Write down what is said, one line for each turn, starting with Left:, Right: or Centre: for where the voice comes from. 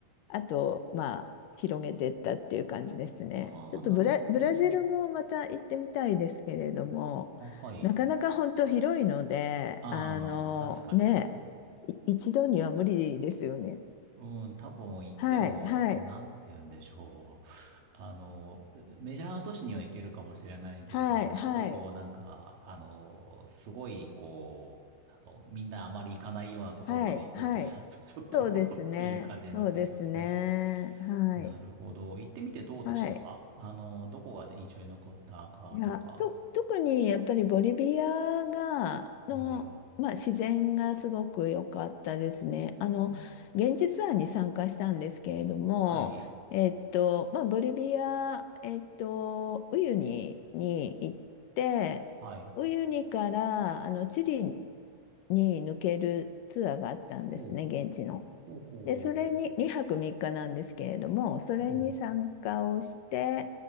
Left: あと、まあ広げていったっていう感じですね。
Right: ああ、
Left: ちょっとブラ、
Right: なるほど。
Left: ブラジルもまた行ってみたいですけれども、
Right: あ、はい。
Left: なかなか本当広いので、
Right: ああ、
Left: あの、
Right: まあ、確かにね。
Left: ね、い一度には無理ですよね。
Right: <laughs> うん、多分行っても、
Left: はい、はい。
Right: なんて言うんでしょう。<laughs> あの、メジャー都市には行けるかもしれないけれども、
Left: はい、はい、
Right: ちょっとこう、なんか、あの、すごい、こう、あの、みんなあまり行かないようなところまで行こうとすると、
Left: はい、はい。
Right: ちょっと
Left: そうですね。
Right: <laughs> っていう感じになっちゃいそうですね。
Left: そうですね。はい、
Right: なるほど。行ってみてどうでしたあの、
Left: はい。
Right: どこが印象に残ったかとか。
Left: いや、と、特にやっぱりボリビアが、の、
Right: ボリビア。
Left: まあ、自然がすごく良かったですね。あの、
Right: うん
Left: 現地ツアーに参加したんですけれども、
Right: はい。
Left: えっと、まあ、ボリビア、えっと、ウユニに行って、
Right: はい。
Left: ウユニから、あの、チリに抜けるツアーがあったんですね、
Right: おう。
Left: 現地の。
Right: ほうほうほうほう。
Left: で、それに、2泊3日なんですけれども、それに参加をして、
Right: うん。